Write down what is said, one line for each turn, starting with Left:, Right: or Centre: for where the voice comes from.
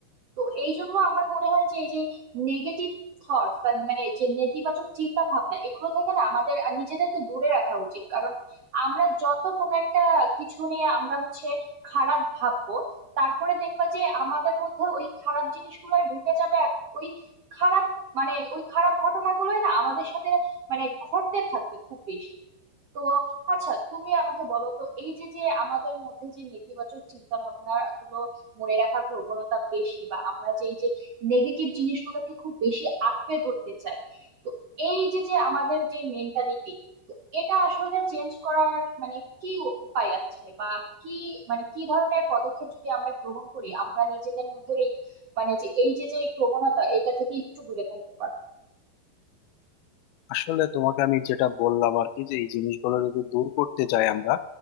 Right: তো এই জন্য আমার মনে হয় যে এই যে নেগেটিভ থটস বা মানে যে নেতিবাচক চিন্তা ভাবনা এগুলো থেকে না আমাদের আর নিজেদেরকে দূরে রাখা উচিত কারণ আমরা যত কোনো একটা কিছু নিয়ে আমরা হচ্ছে খারাপ ভাববো তারপরে দেখবা যে আমাদের মধ্যে ওই খারাপ জিনিসগুলো ঢুকে যাবে আর ওই খারাপ মানে ওই খারাপ ঘটনাগুলোই না আমাদের সাথে মানে ঘটতে থাকবে খুব বেশি তো আচ্ছা তুমি আমাকে বলো তো এই যে যে আমাদের মধ্যে যে নেতিবাচক চিন্তা ভাবনা গুলো মনে রাখার প্রবণতা বেশি বা আমরা যে এই যে নেগেটিভ জিনিসগুলোকে খুব বেশি আঁকড়ে ধরতে চাই তো এই যে যে আমাদের যে মেন্টালিটি তো এটা আসলে চেঞ্জ করার মানে কি উ- উপায় আছে বা কি মানে কি ধরনের পদক্ষেপ যদি আমরা গ্রহণ করি আমরা নিজেদের মধ্যে এই মানে যে এই যে যে এই প্রবণতা এটা থেকে একটু দূরে থাকতে পারবো
Left: আসলে তোমাকে আমি যেটা বললাম আর কি যে এই জিনিসগুলো যদি দূর করতে যাই আমরা